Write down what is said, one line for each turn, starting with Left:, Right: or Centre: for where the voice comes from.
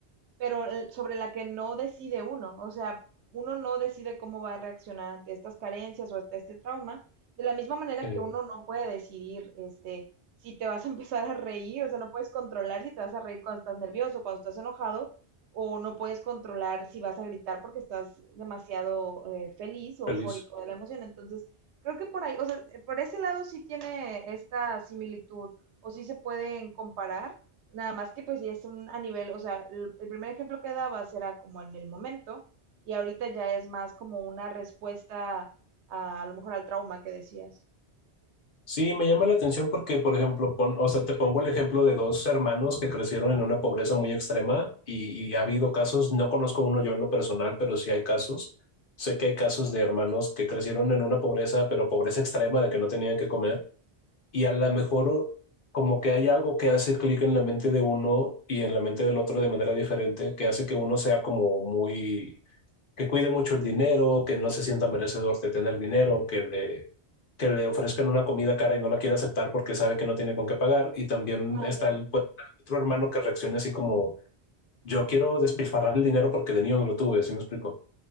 Right: pero eh, sobre la que no decide uno. O sea, uno no decide cómo va a reaccionar ante estas carencias o ante este trauma, de la misma manera
Left: Eh,
Right: que uno no puede decidir este, si te vas a <laughs> empezar a reír, o sea, no puedes controlar si te vas a reír cuando estás nervioso, cuando estás enojado, o no puedes controlar si vas a gritar porque estás demasiado eh, feliz o
Left: feliz.
Right: eufórico de la emoción. Entonces, creo que por ahí, o sea, por ese lado sí tiene esta similitud o sí se pueden comparar, Nada más que pues ya es un a nivel, o sea, el, el primer ejemplo que dabas era como en el momento y ahorita ya es más como una respuesta a, a lo mejor al trauma que decías.
Left: Sí, me llama la atención porque, por ejemplo, pon- o sea, te pongo el ejemplo de dos hermanos que crecieron en una pobreza muy extrema y, y ha habido casos, no conozco uno yo en lo personal, pero sí hay casos. Sé que hay casos de hermanos que crecieron en una pobreza, pero pobreza extrema de que no tenían que comer y a lo mejor como que hay algo que hace clic en la mente de uno y en la mente del otro de manera diferente, que hace que uno sea como muy que cuide mucho el dinero, que no se sienta merecedor de tener dinero, que le, que le ofrezcan una comida cara y no la quiere aceptar porque sabe que no tiene con qué pagar. Y también
Right: Ah,
Left: está
Right: ya.
Left: el, pues, otro hermano que reaccione así como, yo quiero despilfarrar el dinero porque de niño no lo tuve, ¿sí me explico?